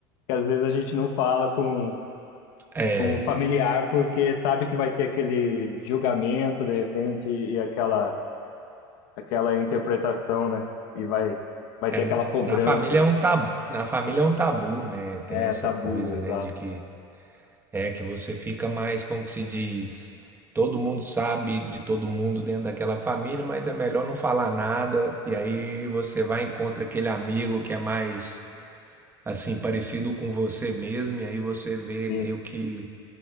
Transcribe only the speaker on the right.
É,
é,
na família é um tabu, na família é um tabu, né? Tem
essa
coisa,
né, de que É que você fica mais, como que se diz, todo mundo sabe de todo mundo dentro daquela família, mas é melhor não falar nada. E aí você vai e encontra aquele amigo que é mais assim parecido com você mesmo, e aí você vê
meio que